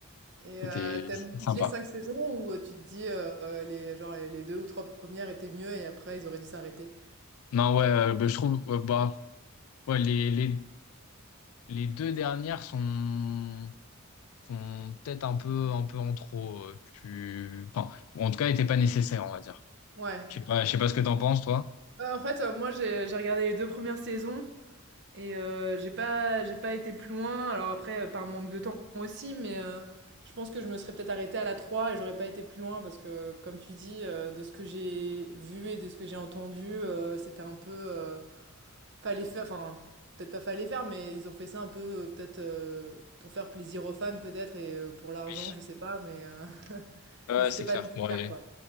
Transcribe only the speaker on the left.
C'était
sympa.
Non, ouais, euh, bah, je trouve, ouais, bah, ouais, les, les, les deux dernières sont, sont peut-être un peu, un peu en trop. euh, tu... enfin, ou en tout cas, n'étaient pas nécessaires, on va dire.
Je sais pas, je sais pas ce que t'en penses, toi.
Oui.
Ouais,
c'est
clair.
Bon, et,